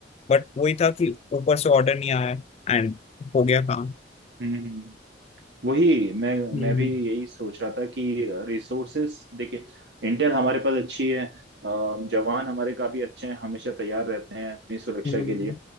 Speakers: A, on the left (about 35°); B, on the right (about 70°).
A: बट वही था कि ऊपर से ऑर्डर नहीं आया एंड हो गया काम
B: हम्म हम्म वही मैं
A: हम्म,
B: मैं भी यही सोच रहा था कि रिसोर्सेस देखिए इंटेल हमारे पास अच्छी है अ, जवान हमारे काफी अच्छे हैं हमेशा तैयार रहते हैं अपनी सुरक्षा
A: हम्म,
B: के लिए